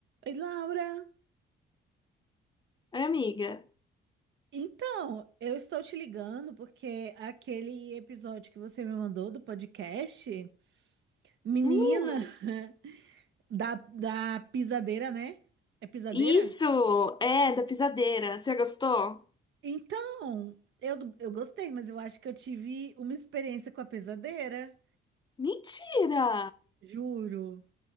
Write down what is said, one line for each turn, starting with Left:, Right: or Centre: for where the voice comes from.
Right: Oi, Laura.
Left: Oi, amiga.
Right: Então, eu estou te ligando porque aquele episódio que você me mandou do podcast, menina,
Left: Hum,
Right: <laughs> da, da pisadeira, né? É pisadeira?
Left: isso! É, da pisadeira. Você gostou?
Right: Então, eu, eu gostei, mas eu acho que eu tive uma experiência com a pisadeira,
Left: Mentira!
Right: juro.